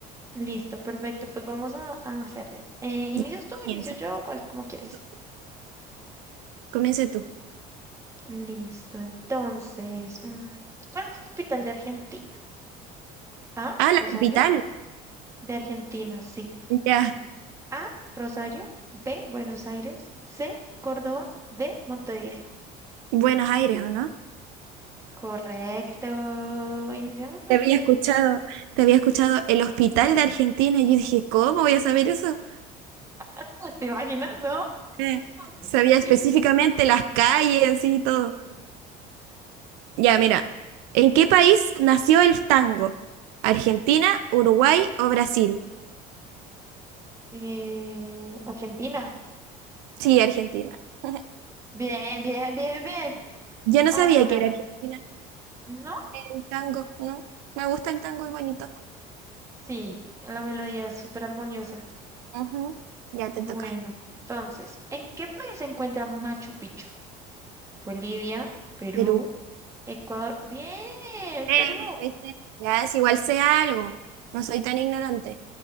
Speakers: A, on the right; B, on the right.
A: Listo, perfecto. Pues vamos a, a hacerle. Eh, ¿inicias
B: Ya,
A: tú, o
B: Comienza.
A: inicio yo, cual, como quieres?
B: Tú. Comienza tú.
A: Listo, entonces, mm, ¿cuál es la capital de Argentina? A,
B: Ah, la
A: Rosario,
B: capital.
A: de Argentina, sí.
B: Ya,
A: A, Rosario, B, Buenos Aires, C, Córdoba, D, Montevideo.
B: Buenos Aires, ¿o no?
A: Correcto. Iniciamos muy
B: Te había
A: bien.
B: escuchado, te había escuchado el hospital de Argentina. Y yo dije, ¿cómo voy a saber eso?
A: <laughs> ¿Te imaginas, no?
B: Eh,
A: <laughs>
B: sabía específicamente las calles y todo. Ya, mira, ¿en qué país nació el tango? ¿Argentina, Uruguay o Brasil?
A: Eh, Argentina.
B: Sí, Argentina. <laughs>
A: Bien, bien, bien, bien.
B: Yo no
A: Ahora,
B: sabía que era Argentina.
A: ¿no?
B: El tango, ¿no? Me gusta el tango, es bonito.
A: Sí, la melodía es súper armoniosa.
B: Ujú. Ya
A: Bueno,
B: te toca.
A: entonces, ¿en qué país se encuentra Machu Picchu? Bolivia, Perú,
B: Perú.
A: Ecuador. Bien,
B: Eh,
A: Perú.
B: ¿viste? Ya es igual sé algo. No soy tan ignorante.